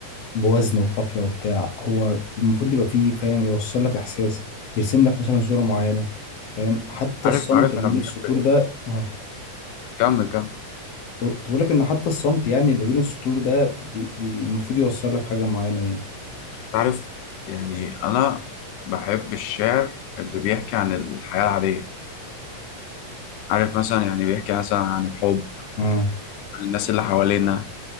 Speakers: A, on the left (about 60°); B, on the left (about 80°).
A: بوزن وقافيه وبتاع هو المفروض يبقى فيه فاهم يوصل لك احساس يرسم لك مثلا صوره معينه فاهم حتى
B: عارف
A: الصمت
B: عارف
A: اللي
B: انا
A: بين
B: بحب
A: السطور
B: ايه
A: ده اه
B: كمل كمل
A: كنت بقول لك ان حتى الصمت يعني اللي بين السطور ده بي- بي- المفروض يوصل لك حاجه معينه يعني
B: عارف يعني انا بحب الشعر اللي بيحكي عن الحياه العاديه عارف مثلا يعني بيحكي مثلا عن الحب
A: اه
B: عن الناس اللي حوالينا